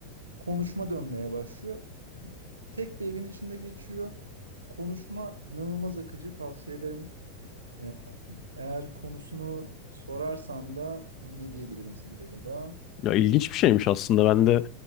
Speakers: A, on the right; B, on the left.
A: Konuşma dönmeye başlıyor. Tek bir evin içinde geçiyor. Konuşma inanılmaz akıcı tavsiye ederim. Ee, Eğer konusunu sorarsan da ne diyebilirim sana acaba?
B: Ya ilginç bir şeymiş aslında. Ben de